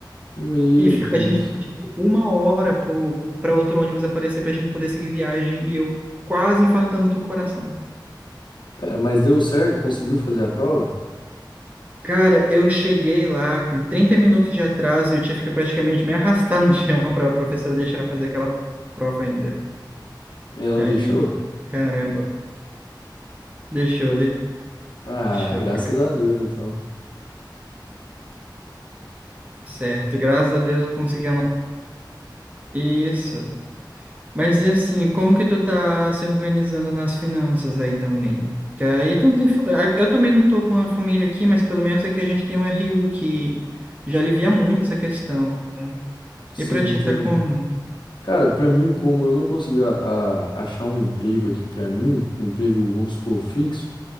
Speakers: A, on the left; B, on the right.
A: Meu
B: E fica-
A: Deus.
B: a gente ficou tipo uma hora pro, pra outro ônibus aparecer pra gente poder seguir viagem, e eu quase infartando do coração.
A: Cara, mas deu certo? Conseguiu fazer a prova?
B: Cara, eu cheguei lá com 30 minutos de atraso e eu tive que praticamente me arrastar no chão pra professora deixar eu fazer aquela prova ainda.
A: Ela
B: Aí,
A: deixou?
B: caramba, deixou,
A: Ah,
B: deixou.
A: graças a Deus, então.
B: Certo, graças a Deus eu consegui anotar isso. Mas e assim, como que tu tá se organizando nas finanças aí também? Que aí tu não tem. fa- a- Eu também não tô com uma família aqui, mas pelo menos aqui a gente tem um RU que já alivia muito essa questão.
A: Sim,
B: E pra ti
A: entendi.
B: tá como?
A: Cara, pra mim, como eu não consegui a- a- achar um emprego aqui pra mim, um emprego, vamos supor, fixo,